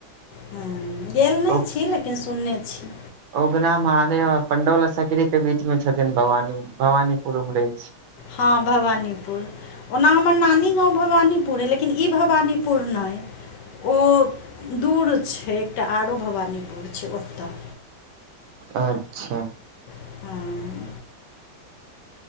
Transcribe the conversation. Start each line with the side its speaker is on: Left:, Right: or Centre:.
Left: ह गेल नहि
Right: ओ
Left: छी लेकिन सुनने छी
Right: उगना महादेव पण्डौल सकरीके बीचमे छथिन भवानी भवानीपुर उमरै छै
Left: हँ भवानीपुर ओना हमर नानी गामव भवानीपुर अइ लेकिन ई भवानीपुर नहि ओ दूर छै एकटा आरो भवानीपुर छै ओतऽ
Right: अच्छा
Left: हँ